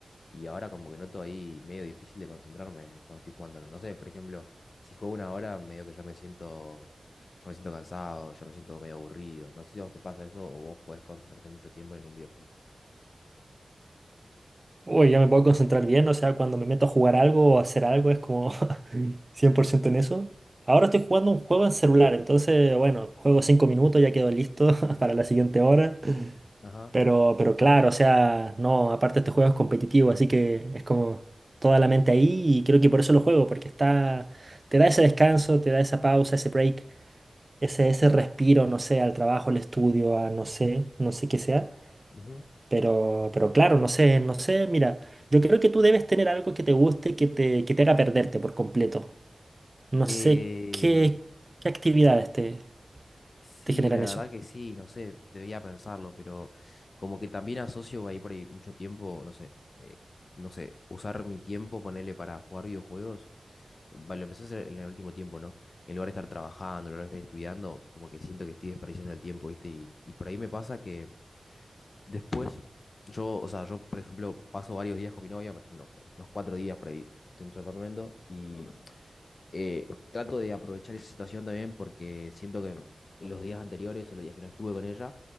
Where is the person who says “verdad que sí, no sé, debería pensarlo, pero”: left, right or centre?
Left